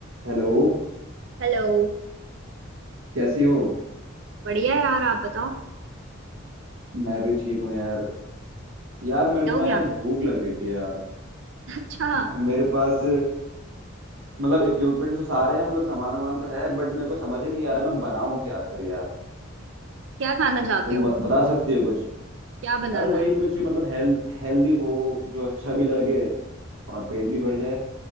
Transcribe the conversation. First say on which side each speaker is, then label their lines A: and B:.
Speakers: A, on the right (about 80°); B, on the right (about 60°).
A: Hello
B: Hello
A: कैसी हो
B: बढ़िया है यार आप बताओ
A: मैं भी ठीक हूँ यार यार मेरे
B: क्या
A: को
B: हो
A: ना
B: गया
A: यार भूख लग रही थी यार
B: <laughs> अच्छा
A: हम- मेरे पास मतलब इक्विपमेंट तो सारे हैं मतलब सामान वामान तो है बट मेरे को समझ ही नहीं आ रहा मैं बनाऊं क्या आखिर यार
B: क्या खाना चाहते
A: तुम
B: हो
A: ब, बता सकती हो कुछ
B: क्या बनाना
A: यार वही
B: है
A: कुछ मतलब हेल्थ हेल्दी हो जो अच्छा भी लगे और पेट भी भर जाए